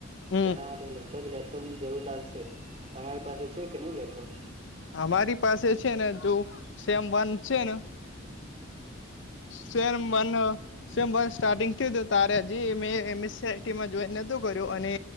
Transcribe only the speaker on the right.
તેના માટે કઈક લેપટોપની જરૂર લાગશે તમારી પાસે છે કે નય લેપટોપ?